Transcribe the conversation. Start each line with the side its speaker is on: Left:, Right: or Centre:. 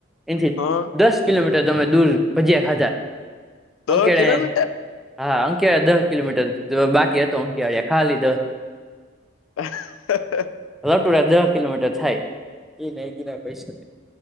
Centre: એથી
Left: હા
Centre: દસ કિલોમીટર તમે દૂર ભજીયા ખાઘા
Left: દહ
Centre: અંકેડા.
Left: કિલોમીટર
Centre: હા અંકળયા દહ કિલોમીટર બાકી હતો અંકળિયા ખા લીદો.
Left: હા.
Centre: લટુરા દહ કિલોમીટર થાય એ ન ગીના પૈસા